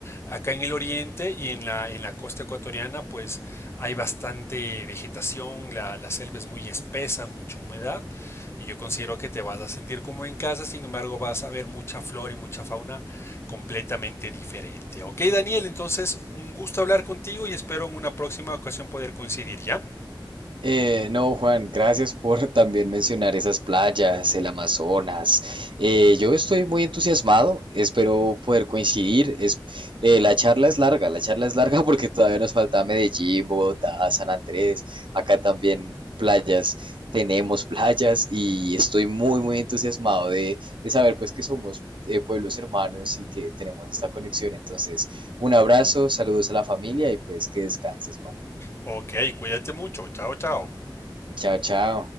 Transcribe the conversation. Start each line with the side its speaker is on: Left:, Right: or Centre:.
Left: Acá en el oriente y en la, en la costa ecuatoriana, pues hay bastante vegetación, la, la selva es muy espesa, mucha humedad, y yo considero que te vas a sentir como en casa, sin embargo vas a ver mucha flora y mucha fauna completamente diferente. Ok, Daniel, entonces un gusto hablar contigo y espero en una próxima ocasión poder coincidir, ¿ya?
Right: Eh, no, Juan, gracias por <laughs> también mencionar esas playas, el Amazonas. Eh, yo estoy muy entusiasmado, espero poder coincidir. Es, eh, la charla es larga, la charla es larga <laughs> porque todavía nos falta Medellín, Bogotá, San Andrés, acá también playas, tenemos playas y estoy muy, muy entusiasmado de, de saber pues que somos eh, pueblos hermanos y que tenemos esta conexión. Entonces, un abrazo, saludos a la familia y pues que descanses, Juan.
Left: Ok, cuídate mucho, chao, chao.
Right: Chao, chao.